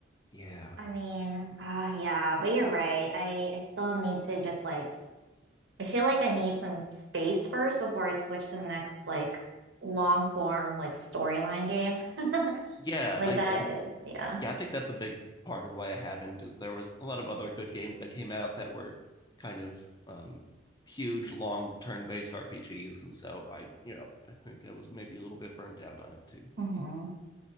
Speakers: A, on the left; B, on the right.
A: Yeah,
B: I mean, ah, yeah, but you're right. I I still need to just like I feel like I need some space first before I switch to the next like long form like storyline game. <laughs>
A: yeah,
B: Like
A: and I,
B: that,
A: I'm
B: 'cause- yeah.
A: yeah, I think that's a big part of why I haven't is there was a lot of other good games that came out that were kind of um huge long turn-based RPGs and so I you know I think I was maybe a little bit burned out on it too.
B: hmm